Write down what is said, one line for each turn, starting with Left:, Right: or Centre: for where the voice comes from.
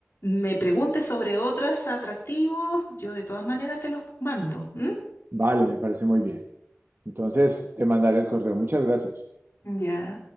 Left: me preguntes sobre otros atractivos, yo de todas maneras te los mando. ¿m?
Right: Vale, me parece muy bien. Entonces, te mandaré el correo. Muchas gracias.
Left: Ya.